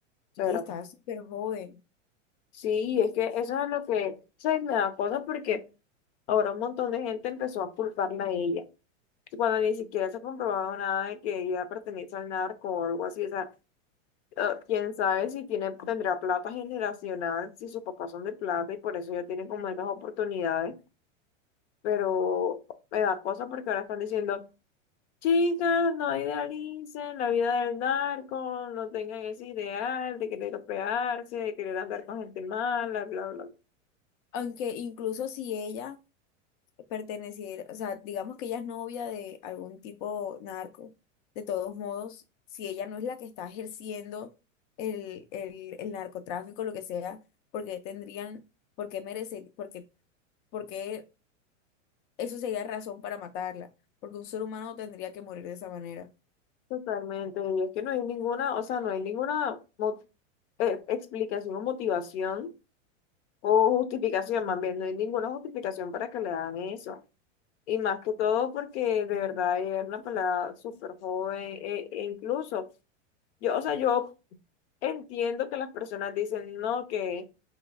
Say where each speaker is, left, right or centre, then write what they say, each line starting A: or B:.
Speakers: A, on the left; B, on the left.
A: Y
B: Pero
A: estaba súper joven.
B: sí, es que eso es lo que se me da cosa porque ahora un montón de gente empezó a culparla a ella. Cuando ni siquiera se ha comprobado nada de que ella pertenece al narco o algo así. O sea, eh, quién sabe si tiene, tendrá plata generacional, si sus papás son de plata y por eso ya tienen como esas oportunidades. Pero me da cosa porque ahora están diciendo, chicas, no idealicen la vida del narco, no tengan ese ideal de querer operarse, de querer andar con gente mala, bla, bla, bla.
A: Aunque incluso si ella pertenecer, o sea, digamos que ella es novia de algún tipo narco, de todos modos, si ella no es la que está ejerciendo el, el, el narcotráfico, lo que sea, porque tendrían, porque merece, porque, porque eso sería razón para matarla, porque un ser humano tendría que morir de esa manera.
B: Totalmente. Y es que no hay ninguna, o sea, no hay ninguna mo- eh, explicación o motivación O justificación, más bien, no hay ninguna justificación para que le hagan eso. Y más que todo porque de verdad ella era una pelada súper joven, e, e incluso, yo, o sea, yo entiendo que las personas dicen, no, que,